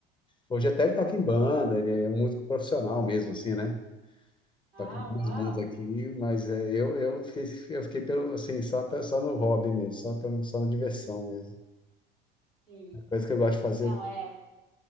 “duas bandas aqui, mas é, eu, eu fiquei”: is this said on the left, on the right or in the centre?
Left